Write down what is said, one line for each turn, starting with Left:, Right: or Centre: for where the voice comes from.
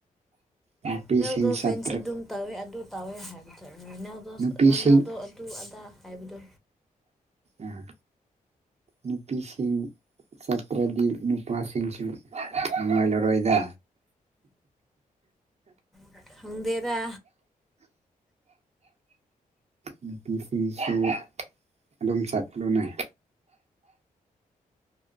Right: ꯅꯨꯄꯤꯁꯤꯡ
Centre: <unintelligible> ꯒꯣ
Right: ꯁꯥꯇ꯭ꯔ
Centre: ꯐꯦꯟꯁ ꯑꯗꯨꯨꯝ ꯇꯧꯋꯦ ꯑꯗꯨ ꯇꯧꯋꯦ ꯍꯥꯏꯕꯗꯣ ꯔꯣꯅꯥꯜꯗꯣ
Right: ꯅꯨꯄꯤꯁꯤꯡ
Centre: ꯔꯣꯅꯥꯜꯗꯣ ꯑꯗꯨ ꯑꯗꯥ ꯍꯥꯏꯕꯗꯣ
Right: ꯑꯥ ꯅꯨꯄꯤꯁꯤꯡ ꯆꯠꯇ꯭ꯔꯗꯤ ꯅꯨꯄꯥꯁꯤꯡꯁꯨ ꯅꯨꯡꯉꯥꯏꯂꯔꯣꯏꯗ
Centre: ꯑꯥ ꯈꯪꯗꯦꯗ
Right: ꯅꯨꯄꯤꯁꯤꯡꯁꯨ ꯑꯗꯨꯝ ꯆꯠꯂꯣꯅꯩ